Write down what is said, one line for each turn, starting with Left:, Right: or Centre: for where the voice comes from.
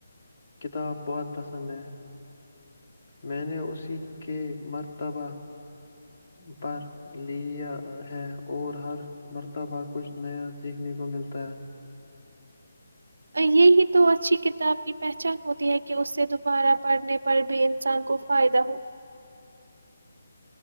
Left: کتاب بہت پسند ہے میں نے اسی کے مرتبہ پر لیا ہے اور ہر مرتبہ کچھ نیا سیکھنے کو ملتا ہے
Right: یہی تو اچھی کتاب کی پہچان ہوتی ہے کہ اس سے دوبارہ پڑھنے پر بھی انسان کو فائدہ ہو